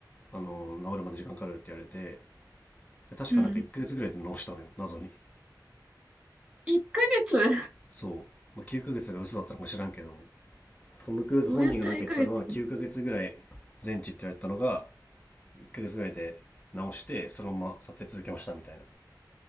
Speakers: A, on the left (about 20°); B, on the right (about 15°).
A: あの治るまで時間かかるって言われて確かなんか1ヶ月ぐらいで直したのよ、
B: うん。
A: 謎に。
B: 1ヶ月 <laughs>
A: そう。まあ、9ヶ月が嘘だったのか知らんけど、トム・クルーズ本人がなんか言ったのは9ヶ月ぐらい全治って言われたのが、
B: どうやったら1ヶ月
A: 1ヶ月ぐらいで直して、そのまま撮影続けましたみたいな。